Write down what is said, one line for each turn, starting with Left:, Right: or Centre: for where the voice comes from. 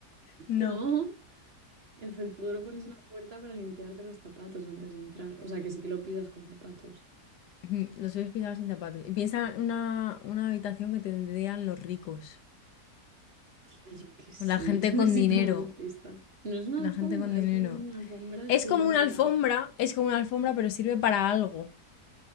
Left: No.
Right: No, el felpudo lo pones en la puerta para limpiarte los zapatos antes de entrar. O sea, que sí que lo pisas con zapatos.
Left: Ujú, Los sueles pisar sin zapatos. Y piensa en una, una habitación que tendrían los ricos.
Right: Tía, yo qué sé,
Left: o La gente
Right: <laughs> necesito
Left: con dinero.
Right: más pistas. No es una
Left: La
Right: alfombra,
Left: gente con dinero.
Right: es que si no es una alfombra
Left: Es
Right: estoy
Left: como
Right: bloqueada.
Left: una alfombra, es como una alfombra, pero sirve para algo.